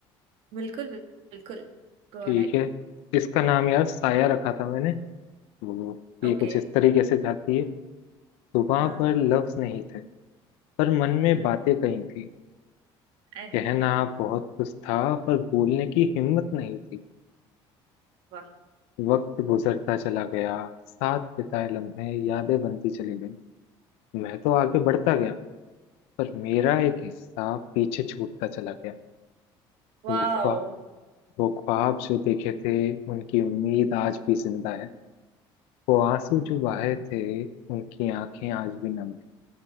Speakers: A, on the right; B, on the left.
A: बिल्कुल बिल्कुल Go
B: ठीक
A: ahead
B: है इसका नाम यार साया रखा था मैंने तो ये
A: ओके
B: कुछ इस तरीके से जाती है सुबह
A: हाँ
B: पर लफ्ज नहीं थे पर मन में
A: हम्म
B: बातें कही थी
A: अरे,
B: कहना बहुत कुछ था पर बोलने की हिम्मत नहीं थी
A: वाह
B: वक्त गुजरता चला गया साथ बिताए लम्हे यादें बनती चली गई मैं तो आगे बढ़ता गया पर मेरा एक हिस्सा पीछे छूटता चला गया
A: वाओ
B: वो ख्वाब वो ख्वाब जो देखे थे उनकी उम्मीद आज भी जिंदा है वो आंसू जो बहे थे उनकी आंखें आज भी नम है